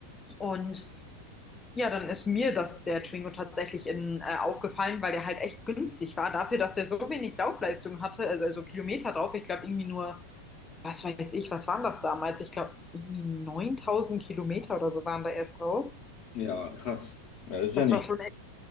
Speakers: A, on the left (about 15°); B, on the left (about 45°).
A: Und ja, dann ist mir das, der Twingo tatsächlich in, äh, aufgefallen, weil der halt echt günstig war dafür, dass der so wenig Laufleistung hatte, also, also Kilometer drauf. Ich glaube, irgendwie nur, was weiß ich, was waren das damals? Ich glaube, irgendwie 9000 Kilometer oder so waren da erst drauf.
B: Ja, krass. Ja, das ist
A: Das
B: ja nicht.
A: war schon